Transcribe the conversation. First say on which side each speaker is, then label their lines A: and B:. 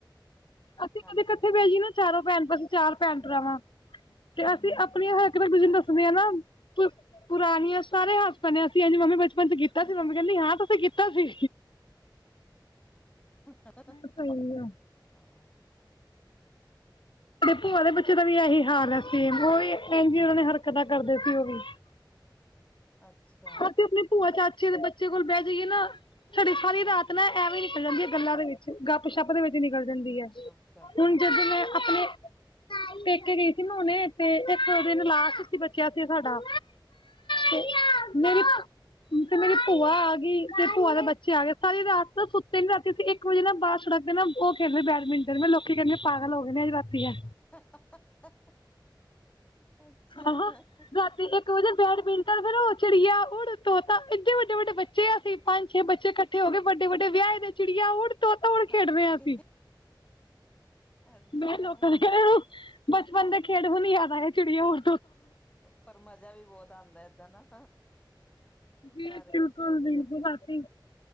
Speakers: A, on the left (about 85°); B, on the left (about 15°).
A: ਅਸੀਂ
B: ਹਾਂਜੀ
A: ਕਦੇ ਕੱਠੇ ਬੈ ਜੀਏ ਨਾ, ਚਾਰੋ ਭੈਣ, ਬਸ ਚਾਰ ਭੈਣ-ਭਰਾ ਵਾਂ ਤੇ ਅਸੀਂ ਆਪਨੀਆਂ ਹਰਕਤ ਇੱਕ ਦੂਜੇ ਨੂੰ
B: ਅੱਛਾ
A: ਦੱਸ ਪੁਰਾਨੀਆਂ ਸਾਰੇ ਹੱਸ ਪੈਨੇ, ਅਸੀਂ ਏੰਜ ਮੰਮੀ ਬਚਪਨ 'ਚ ਕੀ ਤਾ ਸੀ। ਮੰਮੀ ਕੈੰਦੀ ਹਾਂ, ਤੁਸੀਂ ਕੀਤਾ ਸੀ।
B: <unintelligible>
A: <unintelligible>
B: ਹਾਂ ਠੀਕ
A: ਤੇ ਭੂਆ ਦੇ ਬੱਚੇ ਦਾ ਵੀ ਏਹੀ ਹਾਲ ਐ ਸੇਮ ਓ ਵੀ ਇੰਝ ਈ ਉਹਨਾਂ ਨੇ ਹਰਕਤਾਂ ਕਰਦੇ ਸੀ, ਓ ਵੀ।
B: ਅੱਛਾ।
A: ਅਸੀ ਆਪਨੇ ਭੂਆ-ਚਾਚੇ ਦੇ ਬੱਚੇ ਕੋਲ ਬੈਹ ਜਾਈਏ ਨਾ ਸਾਡੀ ਸਾਰੀ
B: ਹਾਂਜੀ
A: ਰਾਤ ਨਾ, ਐਵੇਂ ਈ ਨਿਕਲ ਜਾਂਦੀ ਐ ਗੱਲਾਂ ਦੇ ਵਿੱਚ, ਗੱਪ-ਸ਼ੱਪ ਦੇ ਵਿੱਚ ਨਿਕਲ ਜਾਂਦੀ ਐ।
B: ਗੁਪਸ਼ਪ
A: ਹੁਨ
B: ਹਾਂਜੀ
A: ਜਦੋਂ ਮੈਂ ਆਪਨੇ ਪੇਕੇ ਗਈ ਸੀ ਨਾ ਹੁਨੇ ਤੇ ਇੱਕ ਦਿਨ ਲਾਸਟ ਸੀ, ਬਚੇਆ ਸੀ, ਸਾਡਾ।
B: ਹਾਂਜੀ
A: ਤੇ ਮੇਰੀ -ਤੇ ਮੇਰੀ। ਭੂਆ ਆ ਗਈ। ਤੇ ਭੂਆ ਦੇ ਬੱਚੇ ਆ ਗਏ, ਸਾਰੀ ਰਾਤ ਨਾ ਸੁੱਤੇ ਨੀਂ, ਰਾਤੀ ਅਸੀਂ, ‌ਇੱਕ ਵਜੇ ਨਾ ਬਾਰ ਸੜਕ ਨਾ, ਓ ਖੇਡਦੇ ਬੈਡਮਿੰਟਨ। ਮੈਂ ਲੋਕੀ ਕੇਹਨਗੇ ਪਾਗਲ ਹੋ ਗਏ ਨੇ, ਅੱਜ ਰਾਤੀ ਐ।
B: <inaudible> <inaudible> ਅੱਛਾ
A: ਆਹੋ, ਰਾਤੀ ਇੱਕ ਵਜੇ ਬੈਡਮਿੰਟਨ ਫੇਰ ਓ ਚੜੀਆ ਉੜ ਤੋਤਾਂ, ਏਡੇ ਵੱਡੇ-ਵੱਡੇ ਬੱਚੇ ਆ ਅਸੀ। ਪੰਜ-ਛੇ ਬੱਚੇ ਕੱਠੇ ਹੋ ਗਏ, ਵੱਡੇ-ਵੱਡੇ ਵਿਯਾਏ ਦੇ ਚਿੜੀਆ ਊੜ ਤੋਤਾ ਊੜ
B: ਹਾਂਜੀ
A: ਖੇਡਦੇ ਆਂ ਅਸੀ।
B: ਅੱਛਾ
A: ਮੈਂ ਲੋਕਾਂ ਨੇ ਕੈਣਾ ਐ ਬਚਪਨ ਦੇ ਖੇਡ ਹੁਨ ਯਾਦ ਆਏ, ਚਿੜੀਆਂ ਊੜ
B: ਪਰ ਮਜਾ ਵੀ ਬੋਤ ਆਂਦਾ ਏਦਾਂ ਨਾ।
A: ਜੀ,
B: ਸਾਰੇ ਇਕੱਠੇ
A: ਬਿਲਕੁਲ-ਬਿਲਕੁਲ,
B: ਹੋ ਕੇ ਜੇ ਖੇਡਣ
A: ਰਾਤੀ